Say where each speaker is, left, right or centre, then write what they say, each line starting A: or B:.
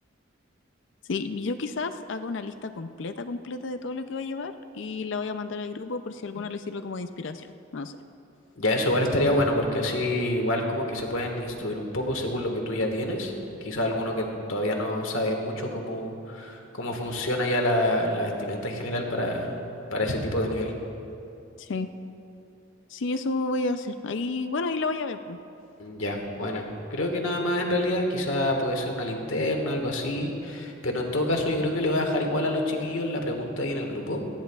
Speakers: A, on the left; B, on the left.
A: Sí, y yo quizás haga una lista completa, completa de todo lo que va a llevar y la voy a mandar al grupo por si a alguno le sirve como de inspiración. No sé.
B: Ya eso igual estaría bueno porque así igual como que se pueden instruir un poco según lo que tú ya tienes. Quizá alguno que todavía no sabe mucho cómo, cómo funciona ya la, la vestimenta en general para, para ese tipo de nivel.
A: Sí. Sí, eso voy a hacer. Ahí, bueno, ahí la voy a ver, pues.
B: Ya, buena. creo que nada más en realidad, quizá puede ser una linterna, algo así, pero en todo caso yo creo que le voy a dejar igual a los chiquillos la pregunta ahí en el grupo